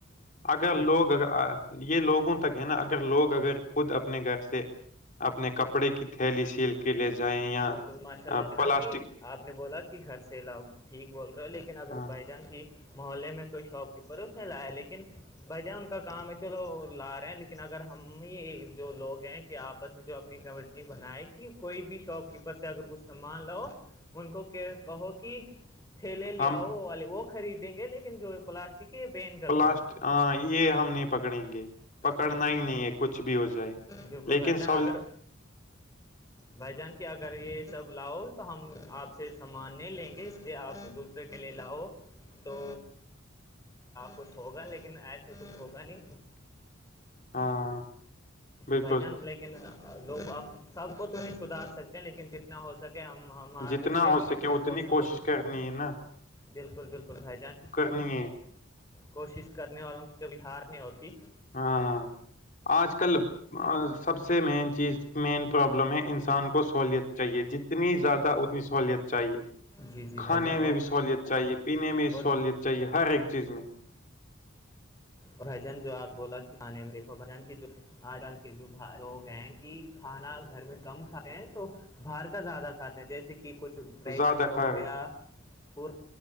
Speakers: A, on the left; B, on the left.
A: اگر
B: بھائی
A: لوگ
B: جان
A: یہ لوگوں تک ہے نا اگر لوگ اگر خود اپنے گھر سے اپنے کپڑے کی تھیلی سیل کے لے جائیں یا
B: بالکل ماشاء اللہ جناب
A: پلاسٹک
B: کہ آپ نے بولا کہ گھر سے لاؤگ ٹھیک بول رہے ہو لیکن اگر
A: ہاں
B: بھائی جان کی محلے میں کوئی شاپ کیپر ہے اس نے لایا لیکن بھائی جان ان کا کام ہے چلو لا رہے ہیں لیکن اگر ہم ہی جو لوگ ہیں کہ آپ س میں جو اپنی کمینی بنائے کہ کوئی بھی شاپ کیپر سے اگر کچھ سامان لاؤ ان کو کہو کہ تھیلے لیاؤ
A: ہم
B: والے وہ خریدیں گے لیکن جو پلاسٹک کی یہ بین کر
A: اسٹ
B: دو
A: ہاں یہ ہم نہیں پکڑیں گے پکڑنا
B: بالکل
A: ہی
B: بھائی،
A: نہیں ہے کچھ بھی ہو جائے
B: بالکل
A: لیکن
B: بھائی جان
A: س
B: اگر بھائی جان کی اگر یہ سب لاؤ تو ہم آپ سے سامان نہیں لیں گے اس لیے آپ کے لی ل ہو تو کچھ ہوگا لیکن ایسے کچھ ہوگا نہیں
A: ہاں بالکل
B: بھائی جان لیکن لوگ اپ سب کو تو نہیں سدھار سکتے لیکن جتنا ہو سکے ہم ہمارے
A: جتنا
B: سے ہم
A: ہو سکے
B: اپنے
A: اتنی
B: دوستوں
A: کوشش
B: کو
A: کرنی ہے نا
B: بالکل بالکل بھائی جان
A: جے
B: کوشش کرنے والوں کی کبھی ہار نہیں ہوتی
A: ہاں آج کل سب سے مین چیز مین پرابلم ہے انسان کو سہولیت چاہیے جت اتنی زیادہ اتنی سہولت چاہیے
B: جی جی بھائی
A: کھانے
B: جان
A: میں
B: اور
A: بھی سہولت چاہیے پینے میں بھی
B: اور
A: سہولت چاہیے ہر ایک چیز میں
B: بھجان جو آپ بولا کہ آان میں ریکو بھجن کی جو آج کل کے جو لوگ ہیں کہ کھانا گھر میں کم کھے ہیں تو باہر کا زیادہ کھاتے ہیں جیسے کہ کچھ بریک
A: زیادہ
B: فاسٹ ہو
A: کھا
B: گیا
A: رہے
B: پور